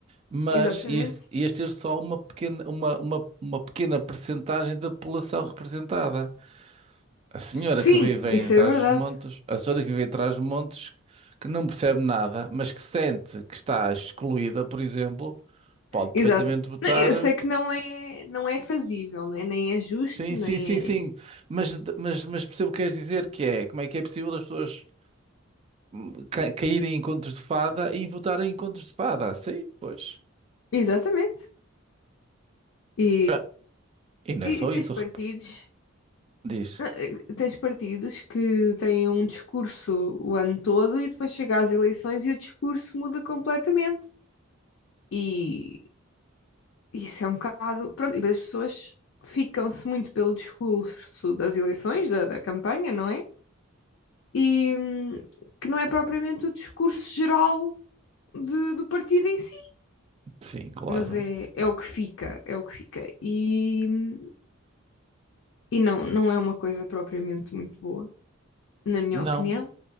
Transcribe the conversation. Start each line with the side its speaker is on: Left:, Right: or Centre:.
Right: Mas
Left: exatamente.
Right: ias, ias ter só uma pequena, uma, uma, uma pequena percentagem da população representada. A senhora
Left: Sim,
Right: que vive
Left: isso
Right: em atrás
Left: é verdade.
Right: dos montes, a senhora que vive atrás dos montes, que não percebe nada, mas que sente que está excluída, por exemplo, pode
Left: Exato.
Right: perfeitamente votar
Left: Não, Eu
Right: eh,
Left: sei que não é, não é fazível, né? Nem é justo,
Right: sim, sim,
Left: nem
Right: sim, sim.
Left: é.
Right: Mas, de- mas, mas percebo o que queres dizer, que é como é que é possível as pessoas hum, ca- caírem em contos de fada e votarem em contos de fada? Sim, pois.
Left: Exatamente. E,
Right: Ah, E não
Left: e
Right: é só
Left: e
Right: isso,
Left: tens
Right: rep-
Left: partidos.
Right: diz.
Left: Ah, eh, Tens partidos que têm um discurso o ano todo e depois chega às eleições e o discurso muda completamente. E isso é um bocado. Pronto, e depois as pessoas ficam-se muito pelo discurso das eleições, da, da campanha, não é? E hum, que não é propriamente o discurso geral de- do partido em si,
Right: Sim, claro.
Left: mas é, é o que fica, é o que fica. E, hum, e não, não é uma coisa propriamente muito boa, na minha
Right: Não,
Left: opinião.